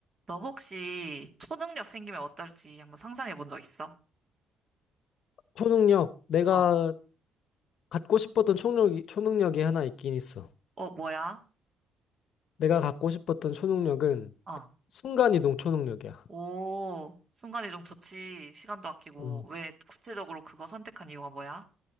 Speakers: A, on the right (about 30°); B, on the left (about 65°).
A: 너 혹시 초능력 생기면 어떨지 한번 상상해 본 적 있어?
B: 초능력, 내가
A: 어.
B: 갖고 싶었던 초능력이, 초능력이 하나 있긴 있어.
A: 어, 뭐야?
B: 내가 갖고 싶었던 초능력은
A: 어.
B: 순간이동 초능력이야.
A: 오, 순간이 동 좋지. 시간도 아끼고.
B: 어,
A: 왜 구체적으로 그거 선택한 이유가 뭐야?